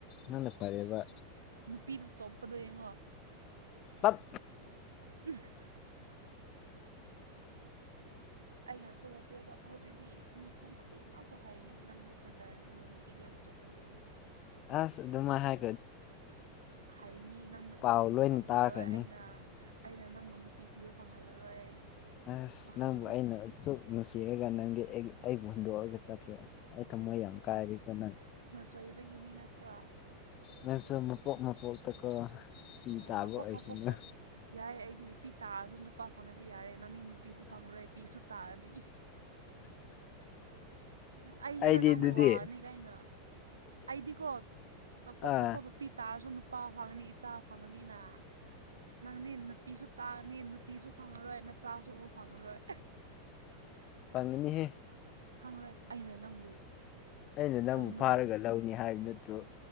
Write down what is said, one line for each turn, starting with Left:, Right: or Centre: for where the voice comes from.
Left: ꯅꯪꯅ ꯐꯔꯦꯕ
Right: ꯅꯨꯄꯤꯗꯨ ꯆꯣꯞꯄꯗꯣ ꯌꯦꯡꯉꯣ
Left: ꯇꯠ
Right: <unintelligible> ꯑꯩ ꯉꯥꯛꯇ ꯅꯠꯇꯦꯕ ꯍꯧꯖꯤꯛꯇꯤ ꯃꯤꯄꯨꯝ ꯈꯨꯗꯤꯡꯃꯛꯄꯨ ꯍꯥꯏꯔꯅꯤ ꯅꯪꯕꯨ ꯊꯥꯖꯔꯅꯨ ꯅꯨꯄꯤꯗꯤ ꯌꯥꯝ ꯆꯣꯠꯄꯅꯤ ꯍꯥꯏꯅ
Left: ꯑꯁ ꯑꯗꯨꯃꯥꯏ ꯍꯥꯏ
Right: ꯍꯥꯏꯅꯤ ꯅꯪ ꯅꯨꯄꯤ
Left: ꯄꯥꯎ
Right: ꯇꯤꯕ
Left: ꯂꯣꯏꯅ
Right: ꯐꯪꯍꯜꯂꯣꯏ
Left: ꯇꯥꯈ꯭ꯔꯅꯤ
Right: ꯑꯩꯅ ꯑꯩꯅ ꯅꯪꯕꯨ ꯅꯨꯄꯤ ꯊꯤꯕ ꯐꯪꯍꯜꯂꯔꯣꯏ
Left: ꯑꯁ
Right: ꯄꯥꯈꯪ
Left: ꯅꯪꯕꯨ ꯑꯩꯅ ꯑꯗꯨꯁꯨꯛ ꯅꯨꯡꯁꯤꯔꯒ ꯅꯪꯗꯤ ꯑꯩ ꯑꯩꯕꯨ ꯍꯨꯟꯗꯣꯛꯑꯒ ꯆꯠꯈꯔꯦ ꯑꯁ ꯑꯩ ꯊꯝꯃꯣꯏ ꯌꯥꯝ ꯀꯥꯏꯔꯦꯀꯣ ꯅꯪ
Right: ꯀꯣꯏꯕꯒꯤꯅꯤ ꯅꯠꯇ꯭ꯔꯣ
Left: ꯅꯪꯁꯨ ꯃꯄꯣꯛ ꯃꯄꯣꯛꯇꯀꯣ ꯄꯤ
Right: ꯃꯄꯣꯛ
Left: ꯇꯥꯕ ꯑꯣꯏꯁꯅꯣ
Right: ꯃꯄꯣꯛꯇ ꯌꯥꯏ ꯑꯩꯗꯤ ꯄꯤ ꯇꯥꯔꯁꯨ ꯅꯨꯄꯥ ꯐꯪꯉꯗꯤ ꯌꯥꯔꯦ ꯅꯪꯒꯤ ꯅꯨꯄꯤꯁꯨ ꯐꯪꯉꯔꯣꯏ ꯄꯤꯁꯨ ꯇꯥꯔꯑꯅꯤ ꯑꯩ
Left: ꯑꯩꯗꯤ
Right: ꯍꯦꯟꯅ ꯅꯪꯅ
Left: ꯑꯗꯨꯗꯤ
Right: ꯋꯥꯉꯅꯤ ꯀꯩꯅꯣ ꯑꯩꯗꯤꯀꯣ ꯃꯄꯣꯛ
Left: ꯑꯥ
Right: ꯃꯄꯣꯛ ꯅꯨꯄꯤ ꯇꯥꯔꯁꯨ ꯅꯨꯄꯥ ꯐꯪꯉꯅꯤ ꯏꯆꯥ ꯐꯪꯉꯅꯤꯅ ꯅꯪꯗꯤ ꯅꯄꯤꯁꯨ ꯇꯥꯒꯅꯤ ꯅꯨ ꯅꯨꯄꯤꯁꯨ ꯐꯪꯉꯔꯣꯏ ꯅꯆꯥꯁꯨ ꯑꯨꯕ ꯐꯪꯉꯔꯣꯏ
Left: ꯐꯪꯒꯅꯤꯍꯦ
Right: ꯐꯪꯒꯔꯣꯏ ꯑꯩꯅ ꯅꯪꯕꯨ
Left: ꯑꯩꯅ ꯅꯪꯕꯨꯛ
Right: ꯐꯪꯅꯨ
Left: ꯐꯥꯔꯒ
Right: ꯍꯥꯏꯅ
Left: ꯂꯧꯅꯤ ꯍꯥꯏꯕ ꯅꯠꯇ꯭ꯔꯣ